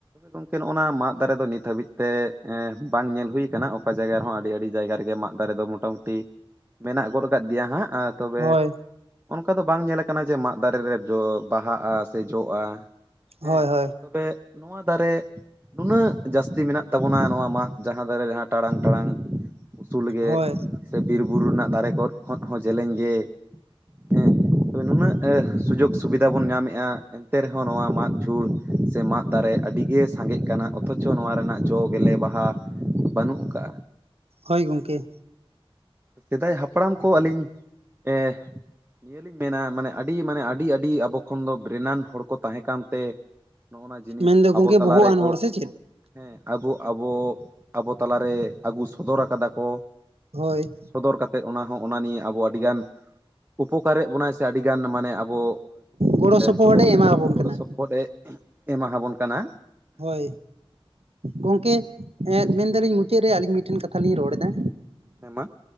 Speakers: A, on the right; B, on the right.
A: ᱜᱚᱝᱠᱮ ᱱᱚᱜ ᱚᱱᱟ ᱢᱟᱫ ᱫᱟᱨᱮ ᱫᱚ, ᱱᱤᱛ ᱦᱟᱹᱵᱤᱡ ᱛᱮ ᱵᱟᱝ ᱧᱮᱞ ᱦᱩᱭ ᱠᱟᱱᱟ, ᱚᱠᱟ ᱡᱟᱭᱜᱟ ᱨᱮᱦᱚᱸ ᱟᱹᱰᱤ ᱟᱹᱰᱤ ᱡᱟᱭᱜᱟ ᱨᱮᱜᱮ ᱢᱟᱫ ᱫᱟᱨᱮ ᱫᱚ ᱢᱳᱴᱟᱢᱩᱴᱤ, ᱢᱮᱱᱟᱜ ᱜᱚᱫ ᱠᱟᱫ ᱜᱮᱭᱟ ᱦᱟᱸᱜ, ᱛᱚᱵᱮ
B: ᱦᱳᱭ
A: ᱚᱱᱠᱟ ᱫᱚ ᱵᱟᱝ ᱧᱮᱞ ᱠᱟᱱᱟ ᱡᱮ, ᱢᱟᱫ ᱫᱟᱨᱮ ᱨᱮ ᱫᱚ ᱵᱟᱦᱟᱜᱼᱟ, ᱥᱮ ᱡᱚᱜᱼᱟ ᱦᱮᱸ᱾
B: ᱦᱳᱭ ᱦᱳᱭ ᱦᱳᱭ
A: ᱛᱚᱵᱮ ᱱᱚᱶᱟ ᱫᱟᱨᱮ ᱱᱩᱱᱟᱹᱜ ᱡᱟᱹᱥᱛᱤ ᱢᱮᱱᱟᱜ ᱛᱟᱵᱚᱱᱟ, ᱱᱚᱶᱟ ᱢᱟᱫ ᱡᱟᱦᱟᱸ ᱫᱟᱨᱮ ᱡᱟᱦᱟᱸ ᱴᱟᱲᱟᱝ ᱴᱟᱲᱟᱝ, ᱩᱥᱩᱞ ᱜᱮ
B: ᱦᱳᱭ
A: ᱥᱮ ᱵᱤᱨ ᱵᱩᱨᱩ ᱨᱮᱱᱟᱜ, ᱫᱟᱨᱮ ᱠᱚ ᱠᱷᱚᱱ ᱦᱚᱸ ᱡᱮᱞᱮᱧ ᱜᱮ, ᱦᱮᱸ ᱛᱚᱵᱮ ᱱᱩᱱᱟᱹᱜ, ᱥᱩᱡᱳᱜᱽ ᱥᱩᱵᱤᱫᱷᱟ ᱵᱚᱱ ᱧᱟᱢ ᱮᱼᱟ, ᱮᱱᱛᱮ ᱨᱮᱦᱚᱸ ᱱᱚᱣᱟ ᱢᱟᱫ ᱡᱷᱩᱲ ᱥᱮ, ᱢᱟᱫ ᱫᱟᱨᱮ ᱟᱹᱰᱤ ᱜᱮ ᱥᱟᱸᱜᱮᱜ ᱠᱟᱱᱟ, ᱚᱛᱷᱚᱪᱷᱚ ᱱᱚᱶᱟ ᱨᱮᱱᱟᱜ ᱡᱚ ᱜᱮᱞᱮ ᱵᱟᱦᱟ, ᱵᱟᱹᱱᱩᱜ ᱠᱟᱜᱼᱟ᱾
B: ᱦᱳᱭ ᱜᱚᱝᱠᱮ᱾
A: ᱥᱮᱫᱟᱭ ᱦᱟᱯᱲᱟᱢ ᱠᱚ ᱟᱹᱞᱤᱧ ᱮ ᱱᱤᱭᱟᱹ ᱞᱤᱧ ᱢᱮᱱᱟ ᱢᱟᱱᱮ ᱟᱹᱰᱤ ᱢᱟᱱᱮ ᱟᱹᱰᱤ ᱟᱹᱰᱤ ᱟᱵᱚ ᱠᱷᱚᱱ ᱫᱚ ᱵᱨᱮᱱᱟᱱ ᱦᱚᱲ ᱠᱚ ᱛᱟᱦᱮᱸ ᱠᱟᱱ ᱛᱮ ᱱᱚᱜᱼᱚᱭ ᱱᱟ ᱡᱤᱱᱤᱥ
B: ᱢᱮᱱᱫᱚ
A: ᱟᱵᱚ
B: ᱜᱚᱢᱠᱮ
A: ᱛᱟᱞᱟ
B: ᱵᱚᱦᱚᱜ
A: ᱨᱮᱠᱚ
B: ᱟᱱ ᱦᱚᱲ ᱥᱮ ᱪᱮᱫ
A: ᱦᱮᱸ ᱟᱵᱚ ᱟᱵᱚ ᱟᱵᱚ ᱛᱟᱞᱟ ᱨᱮ ᱟᱹᱜᱩ ᱥᱚᱫᱚᱨ ᱟᱠᱟᱫᱟ ᱠᱚ᱾
B: ᱦᱳᱭ
A: ᱥᱚᱫᱚᱨ ᱠᱟᱛᱮᱫ ᱚᱱᱟ ᱦᱚᱸ ᱚᱱᱟ- ᱱᱤᱭᱮ ᱟᱵᱚ ᱟᱹᱰᱤᱜᱟᱱ ᱩᱯᱚᱠᱟᱨᱮᱫ ᱵᱚᱱᱟᱭ ᱥᱮ ᱟᱹᱰᱤᱜᱟᱱ ᱢᱟᱱᱮ ᱟᱵᱚ
B: ᱜᱚᱲᱚ ᱥᱚᱯᱚᱦᱚᱫ
A: ᱥᱚᱦᱚᱡ
B: ᱮ ᱮᱢᱟᱵᱚᱱ
A: ᱜᱚᱲᱚ
B: ᱠᱟᱱᱟ
A: ᱥᱚᱯᱚᱦᱚᱫ ᱮ ᱮᱢᱟ ᱦᱟᱵᱚᱱ ᱠᱟᱱᱟ
B: ᱦᱳᱭ ᱜᱚᱝᱠᱮ ᱢᱮᱱᱫᱟᱞᱤᱧ ᱢᱩᱪᱟᱹᱫ ᱨᱮ ᱟᱹᱞᱤᱧ ᱴᱷᱮᱱ ᱠᱟᱛᱷᱟ ᱞᱤᱧ ᱨᱚᱲ ᱮᱫᱟ
A: ᱦᱮᱸ ᱢᱟ